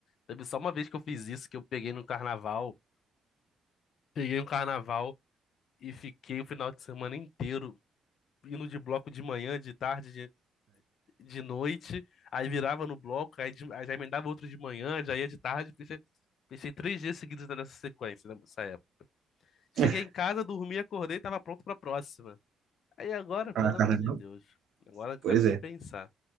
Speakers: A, on the left; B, on the right.
A: teve só uma vez que eu fiz isso, que eu peguei no carnaval. Peguei um carnaval. e fiquei o final de semana inteiro indo de bloco de manhã, de tarde, de, de noite, aí virava no bloco, aí, de- aí já emendava outro de manhã, já ia de tarde, fechei, fechei três dias seguidos nessa sequência, né, nessa época. Cheguei
B: <laughs>
A: em casa, dormi, acordei, tava pronto pra próxima. Aí agora,
B: Ah,
A: pelo
B: cara,
A: amor
B: não.
A: de Deus, agora eu não
B: Pois
A: quero nem
B: é.
A: pensar,